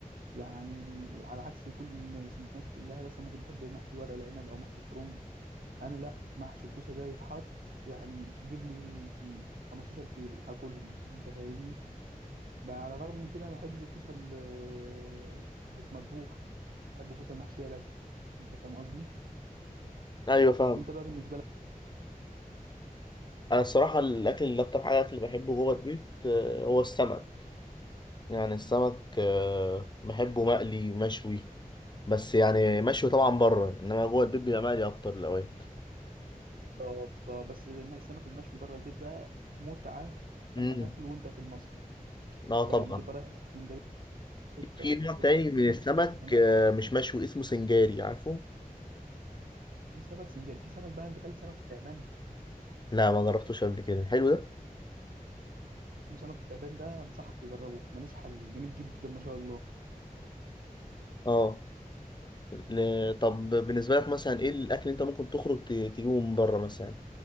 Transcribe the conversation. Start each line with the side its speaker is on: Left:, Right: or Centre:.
Right: يعني على عكس كل الناس الناس كلها مثلا ممكن تحب محشي ورق العنب او محشي الكرنب انا لا محشي الكوسه ده يتحط يعني جيب لي 15 كيلو هاكلهم انت فاهمني بقى على الرغم من كده ما بحبش الكوسه ال- المطبوخ بحب الكوسه المحشيه بس انت فاهم قصدي
Left: ايوه فاهم
Right: انت بقى بالنسبه لك
Left: انا الصراحه الاكل اللي اكتر حاجه اللي بحبه جوه البيت آه، هو السمك يعني السمك آه، بحبه مقلي ومشوي بس يعني مشوي طبعا بره انما جوه البيت بيبقى مقلي اكتر الاوقات
Right: بالظبط. اه بس الم- السمك المشوي بره البيت ده متعه
Left: امم
Right: اما تاكله وانت في المصيف
Left: اه طبعا
Right: يعني لما تبقى رايح اسكندريه حته
Left: في
Right: وتطلب
Left: نوع تاني
Right: بقى السمك
Left: من السمك
Right: بيبقى هناك
Left: آه، مش مشوي اسمه سنجاري عارفه
Right: في سمك سنجاري في سمك بقى انت اكلت سمك التعبان
Left: لا ما جربتوش قبل كده حلو ده
Right: اسمه سمك التعبان ده انصحك تجربه ملوش حل جميل جدا ما شاء الله
Left: اه ل- طب بالنسبه لك مثلا ايه الاكل اللي انت ممكن تخرج ت- تجيبه من بره مثلا